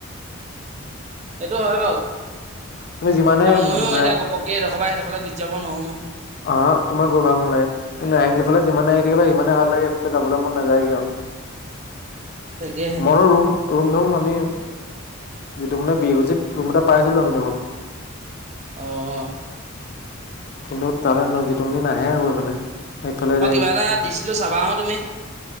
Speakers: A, on the right; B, on the left.
A: সেইটো হয় বাৰু
B: তুমি যিমানে
A: এ' ময়ো এতিয়া
B: নাই
A: ঘপকে এডখৰ পা এডখৰ অকলে গুজ যাব নোৱাৰো নহয়।
B: অ-হ- হ তোমাৰ গৈ ভাল নালাগে। তুমি নাৰেঙ্গী ফালে যিমানে আহি থাকিবা সিমানে ভাল লাগে এইফালে যাবলৈ মন নাযায়গে আৰু।
A: তাকেহে
B: মই ৰুম - ৰুম ধুম আমি যিটো মানে বিৰকুছিত ৰুম এটা পাইছিলো আমি দেখোন
A: অহ
B: কিন্তু, তালৈ ন'জিতুমণি নাহে আৰু এইফালে। সেই ফালে
A: মই
B: যাই
A: কিবা
B: গে
A: এটা দিছিলোঁ চাবা আহোঁ তুমি